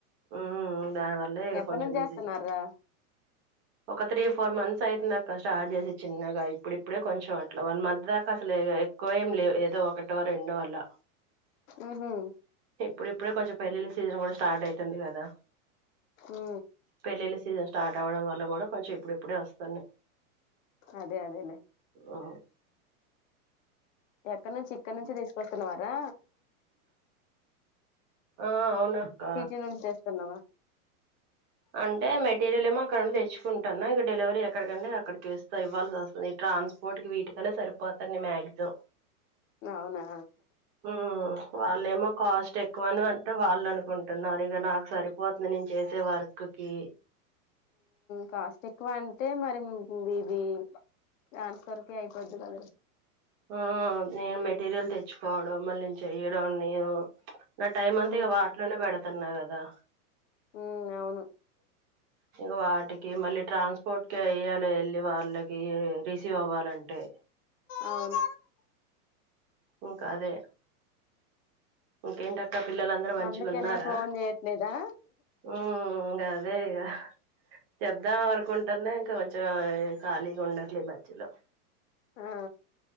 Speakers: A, on the right (about 45°); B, on the left (about 60°).
A: ఉమ్ దానివల్లే
B: ఎప్పటి
A: కొంచం
B: నుంచి
A: బిజీ
B: చేస్తున్నారా
A: ఒక త్రీ ఫోర్ మంత్స్ ఐతుందక్కా స్టార్ట్ జేసి చిన్నగా ఇప్పుడు ఇప్పుడే కొంచెం అట్ల వన్ మంత్ దాకా అసలె ఇగ ఎక్కువెం లేవ్ ఏదో ఒకటో రెండో అలా
B: ఉహు
A: ఇప్పుడిప్పుడే కొంచెం పెళ్ళిళ్ళ సీజన్ గుడా స్టార్ట్ ఐతుంది గదా
B: ఉ
A: పెళ్లిళ్ల సీజ స్టార్ట్ అవ్వడం వల్ల గుడా కొంచెం ఇప్పుడిప్పుడే ఒస్తున్నయ్
B: అదే అదేలే
A: ఆ
B: ఎక్కనుంచి ఇక్కనుంచి తీస్కొస్తున్నవరా
A: ఆ అవునక్క
B: సిటీ నుంచి దెస్తున్నావా
A: అంటే మెటీరియల్ ఏమో అక్కడ్ నుండి తెచ్చుకుంటన్నా ఇగ డెలివరీ ఎక్కడకండె అక్కడికి ఇస్తా ఇవ్ల్సి ఒస్తది ఇట్ర ట్రాన్స్పోర్ట్ కి వీటికనే సరిపోతనయ్ మ్యాగ్జమ్
B: అవునా
A: ఊ వాళ్ళేమో కాస్ట్ ఎక్కువని అంటే వాళ్ళను అనుకుంటున్నారు ఇంకా నాకు సరిపోతుంది నేను చేసే వర్క్ క
B: కాస్టిక్ అంటే మరి ఇ ఇది ్రాన్స్ వరకే అయిపోద్ది కద
A: ఆ నేను మెటీరియల్ తెచ్చుకోవడం మళ్ళీ నేను చెయడం నేను నా టైం అంతా
B: ఉ
A: ఇ వాటిలోనే పెడుతున్నా కదా
B: ఉ అవును
A: ఇంకా వాటికి మళ్ళీ ట్రాన్స్పోర్ట్ క వెయాలి వెళ్ళి వాళ్ళకి రిసీవ్ అవ్వాలంటే
B: అవును
A: ఇంకా అదే ఇంకేంటక్క పిల్లలందరుూ మంచిగా
B: అందుకనే
A: ఉన్నారా
B: ఫోన్ చేయట్లేదా
A: ఉకా అదే ఇక చెదాం అనుకుంటానే ఇంకా మ ఖాళీగా ఉండట్లే మధ్యలో
B: ఆ